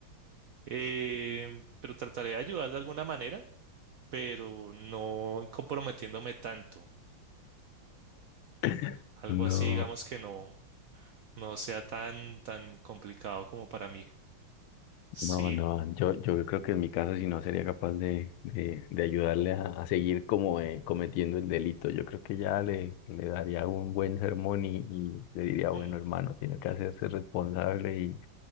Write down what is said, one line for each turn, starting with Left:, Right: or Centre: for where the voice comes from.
Right: Eh, pero trataré de ayudar de alguna manera pero no comprometiéndome tanto.
Left: <clears throat>
Right: Algo
Left: No,
Right: así, digamos que no, no sea tan, tan complicado como para mí. Sí,
Left: No, no, yo, yo creo que en mi caso si no sería capaz de, de, de ayudarle a, a seguir como eh, cometiendo el delito. Yo creo que ya le, le daría un buen sermón y, y le diría, bueno,
Right: mm,
Left: hermano, tiene que hacerse responsable y,